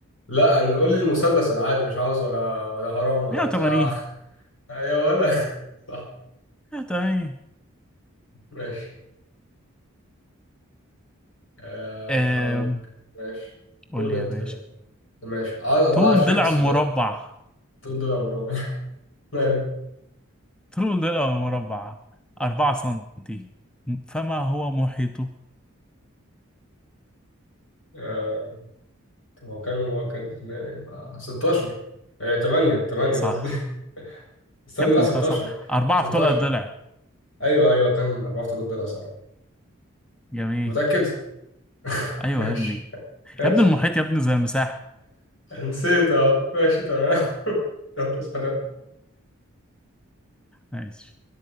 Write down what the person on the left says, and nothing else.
لا أنا- قول لي المثلث العادي مش عاوز ولا ولا هرم ولا
بتاع <laughs> يا ولا صح
ماشي أه
هقول لك ماشي قول
انت
ماشي عاد الله
على الشكل
السوداء
طول ده مربع <laughs> ماله
آه، طب هو كان هو كان يبقى 16 آه، 8 8
قصدي <laughs> استنى
لا 16
16
ايوه ايوه كان 4000 دولار صح أنت
متأكد؟ <laughs>
ماشي
ماشي
نسيت اه ماشي تمام <laughs> يلا سلام